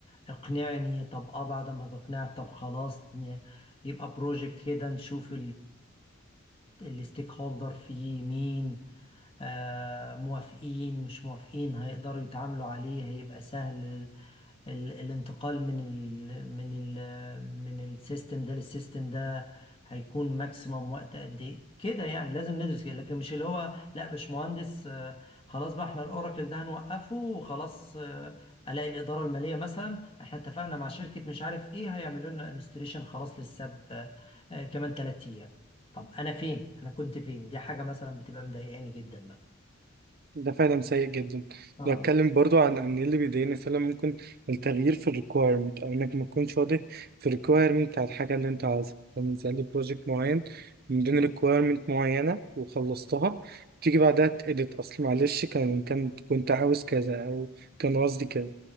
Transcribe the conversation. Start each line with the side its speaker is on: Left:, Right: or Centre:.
Left: اقنعني طب اه بعد ما تقنعك طب خلاص ن- يبقى بروجكت كده نشوف الستيك هولدر فيه مين آه، موافقين مش موافقين هيقدروا يتعاملوا عليه هيبقى سهل ال ال الانتقال من ال من ال من السيستم ده للسيستم ده هيكون ماكسيموم وقت قد ايه كده يعني لازم ندرس كده لكن مش اللي هو لا باشمهندس آه، خلاص بقى احنا الاوراكل ده هنوقفه وخلاص آه، الاقي الاداره الماليه مثلا احنا اتفقنا مع شركه مش عارف ايه هيعملوا لنا انستليشن خلاص للساب آه، آه، كمان 3 ايام طب انا فين انا كنت فين دي حاجه مثلا بتبقى مضايقاني جدا
Right: ده فعلا سيء جدا
Left: آه.
Right: لو اتكلم برضو عن ان اللي بيضايقني فعلا ممكن التغيير في الريكويرمنت او انك ما تكونش واضح في الريكويرمنت بتاع الحاجه اللي انت عاوزها مثلا لي بروجكت معين من دون ريكويرمنت معينه وخلصتها تيجي بعدها تأديت اصل معلش كان كان كنت عاوز كذا او كان قصدي كذا